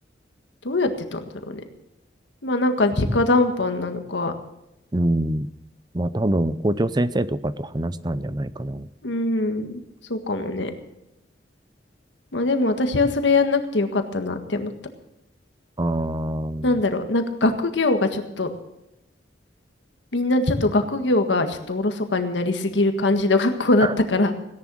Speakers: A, on the left; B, on the right.
A: どうやってたんだろうね。まあなんか直談判なのか。
B: うん。うんまあ多分、校長先生とかと話したんじゃないかな。
A: うーん、そうかもね。まあでも私はそれやんなくてよかったなって思った。
B: あー。
A: なんだろう、なんか学業がちょっと、みんなちょっと学業がちょっとおろそかになりすぎる感じの学校だったから。
B: <laughs>